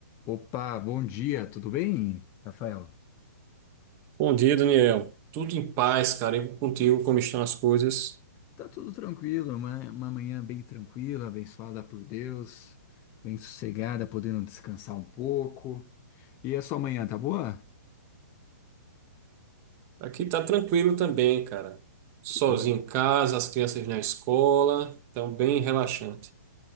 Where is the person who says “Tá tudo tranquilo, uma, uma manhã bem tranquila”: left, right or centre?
Left